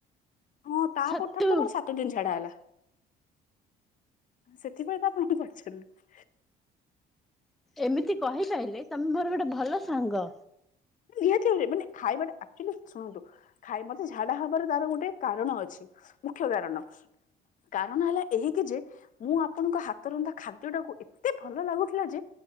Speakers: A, on the left; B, in the centre.
A: ହଁ ତାପର
B: ଛତୁ।
A: ଠାରୁ ତ ମୋର ସାତ ଦିନ ଛାଡା ହେଲା। ସେଥିପାଇ ତ ଆପଣଙ୍କୁ କରିଛନ୍ତି।
B: ଏମିତି କହିପାରିଲେ ତମେ ମୋର ଗୋଟେ ଭଲ ସାଙ୍ଗ।
A: ନିହାତି ଭାବରେ ମାନେ ଖାଇବାଟା ଆକଚୁଆଲି ଶୁଣନ୍ତୁ ଖାଇ ମତେ ଝାଡା ହବାର ତାର ଗୋଟେ କାରଣ ଅଛି। ମୁଖ୍ୟ କାରଣ କାରଣ ହେଲା ଏହିକି ଯେ ମୁଁ ଆପଣଙ୍କ ହାତ ରନ୍ଧା ଖାଦ୍ୟ ଟାକୁ ଏତେ ଭଲ ଲାଗୁଥିଲା ଯେ